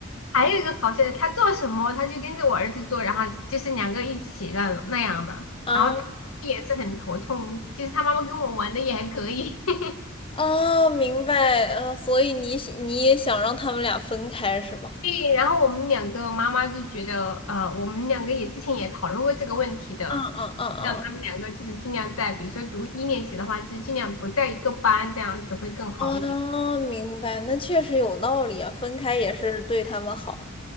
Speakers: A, on the left; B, on the left.
A: 还有一个好笑的，他做什么他就跟着我儿子做，然后就是两个一起那种那样的，
B: 啊
A: 然后他也是很头痛。其实他妈妈跟我玩的也还可以，<laughs>
B: 哦，明白，呃，所以你喜你也想让他们俩分开是吧？
A: 对。然后我们两个妈妈就觉得，呃，我们两个也之前也讨论过这个问题的，
B: 嗯嗯嗯嗯
A: 让他们两个就是尽量在，比如说读一年级的话，就尽量不在一个班，这样子会更好一点。
B: 哦，明白，那确实有道理啊，分开也是对他们好。